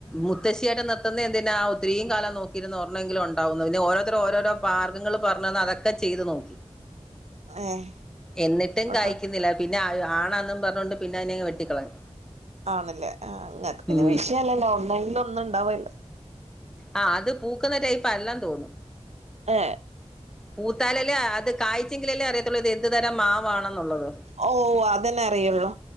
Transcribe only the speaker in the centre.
മുത്ത്ശിയായിട്ട് നിത്തുന്ന എന്തിന ഒത്തിരി യും കാലം നോക്കിരന്ന് ഓരെണെങ്കിലും ഉണ്ടാവൊന്ന് പിന്നെ ഓരോരുത്തര് ഓരോരോ മാർഗങ്ങൾ പറഞ്ഞന്ന് അതൊക്കെ ചെയ്ത് നോക്കി
എന്നിട്ടും
കായ്ക്കുന്നില്ല പിന്നെ ആണന്നും പറഞ്ഞോണ്ട് പിന്നെ അതിനെങ് വെട്ടിക്കളഞ്
ഉം
ആ അത് പൂക്കുന്ന ടൈപ്പ് അല്ലെന്ന് തോനുന്നു
പൂത്താലല്ലേ അത് കാായ്ചെങ്കിലല്ലേ അറിയത്തുള്ളൂ ഇത് എന്ത് തരം മാവാണെന്നുള്ളത്